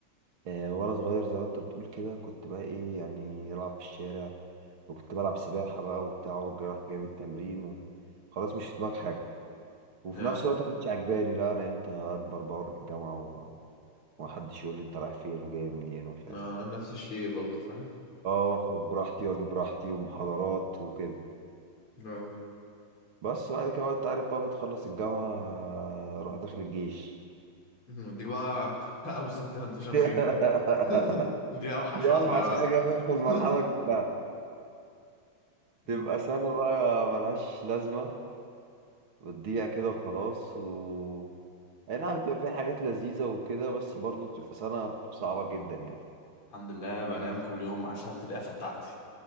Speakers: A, on the right; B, on the left.
A: آه، وانا صغير زي ما انت بتقول كده كنت بقى ايه يعني العب في الشارع وكنت بلعب سباحه بقى وبتاع ورجع رايح جاي من التمرين و... خلاص مش في دماغك حاجه وفي
B: يا
A: نفس الوقت ما كنتش عجباني لا انا امتى اكبر بقى واروح الجامعه و... ومحدش يقول لي انت رايح فين وجاي منين ومش
B: يا
A: عارف ايه
B: نفس الشيء برضه فاهم
A: اه واخد براحتي واجي براحتي ومحاضرات وكده
B: اه
A: بس بعد كده بقى انت عارف بقى بتخلص الجامعه آه، روح داخل الجيش
B: دي بقى <laughs> اوسخ ترانزيشن
A: <laughs>
B: فيهم <laughs> دي اوحش
A: دي
B: واحدة
A: اوحش
B: بقى
A: حاجه بقى في
B: <laughs>
A: المرحله كلها
B: يمكن.
A: تبقى سنه بقى ملهاش لازمه بتضيع كده وخلاص و اي نعم بتبقى فيها حاجات لذيذة وكده بس برضه بتبقى سنة صعبة جدا يعني
B: الحمد لله بنام كل يوم عشان القفة بتاعتي